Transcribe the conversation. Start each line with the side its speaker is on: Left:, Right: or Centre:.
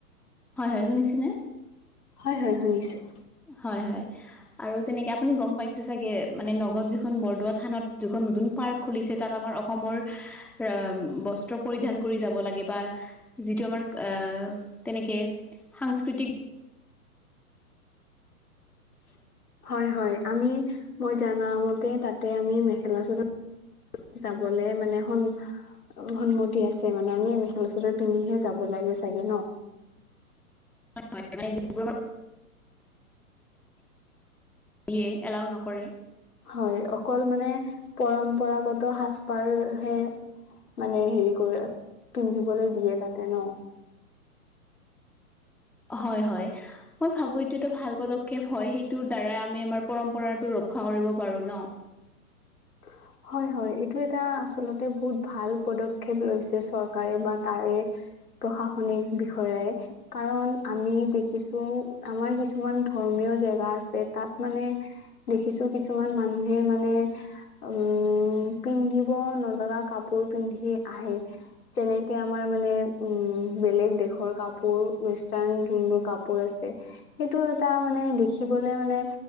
Centre: হয়, হয়, শুনিছেনে?
Left: হয়, হয়, শুনিছোঁ।
Centre: হয়, হয়, আৰু তেনেকে আপুনি গম পাইছে চাগে মানে নগাঁৱত যিখন বৰদোৱা থানত যিখন নতুন পাৰ্ক খুলিছে তাত আমাৰ অসমৰ ৰ'ম বস্ত্ৰ পৰিধান কৰি যাব লাগে বা যিটো আমাৰ অ' তেনেকে সাংস্কৃতিক‌
Left: হয়, হয়, আমি মই জানামতে তাতে আমি মেখেলা চাদৰ যাবলে মানে সন সন্মতি আছে মানে, আমি মেখেলা চাদৰ পিন্ধিহে যাব লাগে চাগে ন?
Centre: হয়, হয়। মানে যিবোৰ <unintelligible> এলাউ নকৰে।
Left: হয় অকল মানে পৰম্পৰাগত সাজপাৰ হে মানে হেৰি কৰে, পিন্ধিবলৈ দিয়ে তাতে ন!
Centre: হয়, হয়। মই ভাবো এইটো এটা ভাল পদক্ষেপ হয়, সেইটোৰ দ্বাৰা আমি আমাৰ পৰম্পৰাটো ৰক্ষা কৰিব পাৰো ন?
Left: <inaudible> হয়, হয়। এইটো এটা আচলতে বহুত ভাল পদক্ষেপ লৈছে চৰকাৰে বা তাৰে প্ৰশাসনিক বিষয়াই। কাৰণ আমি দেখিছো আমাৰ কিছুমান ধৰ্মীয় জেগা আছে তাত মানে দেখিছো কিছুমান মানুহে মানে উম, পিন্ধিব নলগা কাপোৰ পিন্ধি আহে। যেনেকে আমাৰ মানে উম বেলেগ দেশৰ কাপোৰ ৱেষ্টাৰ্ণ জোনবোৰ কাপোৰ আছে। সেইটো এটা মানে দেখিবলে মানে